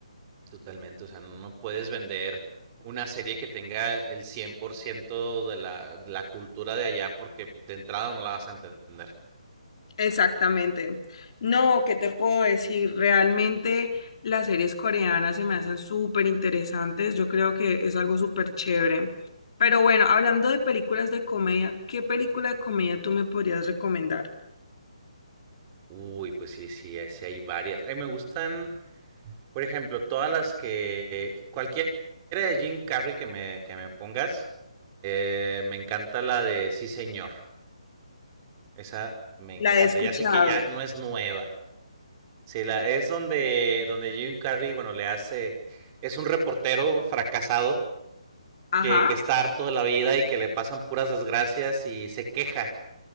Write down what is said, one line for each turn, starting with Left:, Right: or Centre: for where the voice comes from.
Right: Totalmente, o sea, no puedes vender una serie que tenga el 100% de la, de la cultura de allá porque de entrada no la vas a entender.
Left: Exactamente. No, ¿qué te puedo decir? Realmente las series coreanas se me hacen súper interesantes. Yo creo que es algo súper chévere. Pero bueno, hablando de películas de comedia, ¿qué película de comedia tú me podrías recomendar?
Right: Uy, pues sí, sí, eh, sí hay varias. A mí me gustan, por ejemplo, todas las que... Cualquiera de Jim Carrey que me, que me pongas, eh, me encanta la de Sí, señor. Esa me encanta.
Left: La he escuchado.
Right: Ya sé que ya no es nueva. Sí, la, es donde, donde Jim Carrey, bueno, le hace... Es un reportero fracasado
Left: Ajá,
Right: que, que está harto de la vida y que le pasan puras desgracias y se queja,